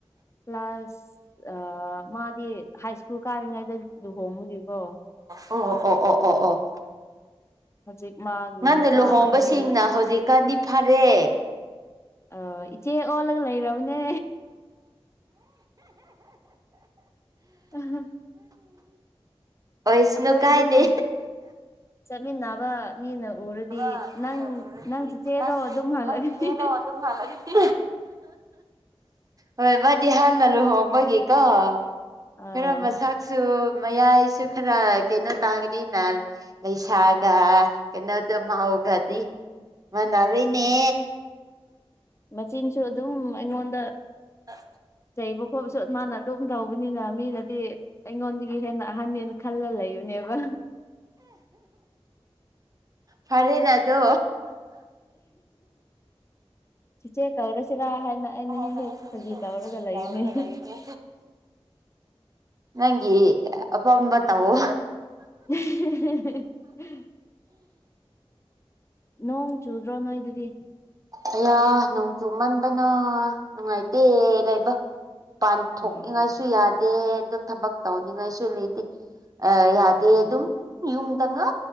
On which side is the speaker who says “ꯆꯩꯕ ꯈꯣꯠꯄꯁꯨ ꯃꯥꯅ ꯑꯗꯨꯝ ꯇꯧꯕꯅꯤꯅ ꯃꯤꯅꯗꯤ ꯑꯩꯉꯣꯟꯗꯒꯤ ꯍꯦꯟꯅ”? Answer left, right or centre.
Left